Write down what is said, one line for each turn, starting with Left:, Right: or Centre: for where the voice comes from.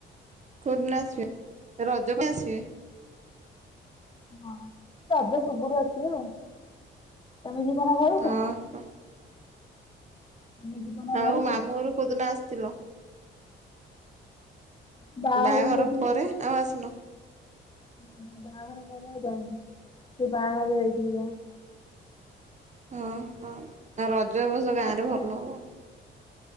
Right: କୁଦିନ ଆସିବେ ରଜ ଜବା ଆସିବେ
Left: ହଁ ରଜ ପର୍ବରୁ ଆସିବେ ଆଉ। ତମେ ଯିବନା ଘରକୁ?
Right: ଓହୋ
Left: ଆମେ ଯିବୁନା
Right: ଆଉ
Left: ଘରକୁ?
Right: ମାମୁଁଘରୁ କୋଦିନ ଆସୁ ତିଲ
Left: ବାହାଘରକୁ
Right: ବାହାଘର
Left: ଯାଇଥିଲେ
Right: ପରେ ଆଉ ଆସିନ?
Left: ନା ନା ବାହାଘର ପରେ ଆଉ ଯାାଇନି ସେ ବାହାଘର ରେ ଯାଇଥିଲି ଯାହା।
Right: ହଁ ହଁ ଆଉ ରଜ ରଜକୁ ଗାଁ
Left: ତମେ
Right: ରେ ଭଲ ହବ <unintelligible>